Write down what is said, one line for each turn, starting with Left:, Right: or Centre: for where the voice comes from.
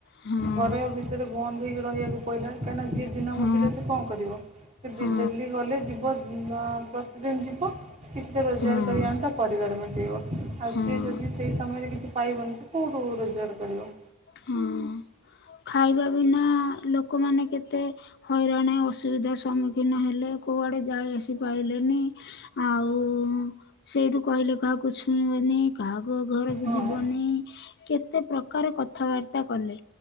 Left: ହଁ
Right: ଘରେ ଭିତରେ ବନ୍ଦ ବିକି ରହିବାକୁ ପଡ଼ିଲା। କାହିଁକି ଯି ଦିନ
Left: ହଁ
Right: ମଜୁରିଆ ସେ କ ସେ
Left: ହଁ
Right: ଡେଲି ଗଲେ ଯିବ ନା ପ୍ରତିଦିନ ଯିବ କିଛି ତ ରୋଜଗାର
Left: ହଁ
Right: କରି ଆଣନ୍ତା ପରିବାର ପାଇଁ। <unintelligible> ଆଉ
Left: ହଁ
Right: ସିଏ ଯଦି ସେଇ ସମୟରେ କିଛି ପାଇବନି ସେ କୋଉଠୁ ରୋଜଗାର କରିବ।
Left: ହଁ ଖାଇବା ବିନା ଲୋକମାନେ କେତେ ହଇରାଣ ଅସୁବିଧା ସମ୍ମୁଖୀନ ହେଲେ କୋଉଆଡେ ଯାଇ ଆସିପାରଲେନି ଆଉ ସେଇଠୁ କହିଲେ କାହାକୁ ଛୁଇଁବେନି କାହାକୁ ଆଗ ଘରକୁ
Right: ହଁ।
Left: ଯିବନି କେତ କେତେ ପ୍ରକାର କଥା କଥାବାର୍ତ୍ତା କଲେ